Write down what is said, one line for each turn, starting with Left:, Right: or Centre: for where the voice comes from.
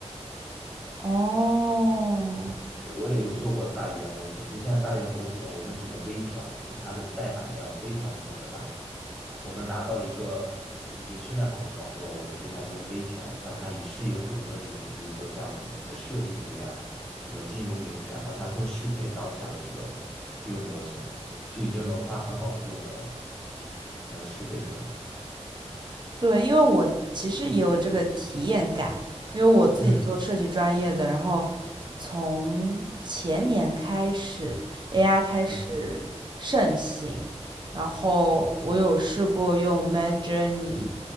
Right: 哦，
Centre: 对，我也有做过大语言模型，其实现在大语言模型我们只能微调，因为它的代码量非常非常的大。我们拿到一个已经训练好的网络，我们对它进行微调，让它以适应不同的领域，比如说像你你的设计领域啊，什么金融领域啊，让它更适配当下的这个这个模型，就已经能发很好的论文了，能适配出来。
Right: 对，因为我其实也有这个体验感，因为我自己做设计专业的，
Centre: 嗯
Right: 然后从前年开始，AI 开始盛行，
Centre: 嗯，
Right: 然后我有试过用 Mid Journey